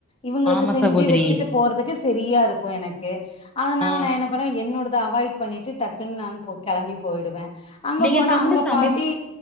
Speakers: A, on the left; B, in the centre.
A: இவுங்களுக்கு
B: ஆமா
A: செஞ்சு
B: சகோதரி
A: வச்சுட்டு போறதுக்கு சரியா இருக்கும் எனக்கு அதுனால
B: ஆ
A: நான் என்ன பண்ணேன் என்னோட அத அவாய்ட் பண்ணிட்டு டக்குன்னு நான் போ கிளம்பி போய்டுவேன் அங்க
B: நீங்க
A: போனா
B: கம்முனு
A: அங்க
B: சமை
A: பாட்டி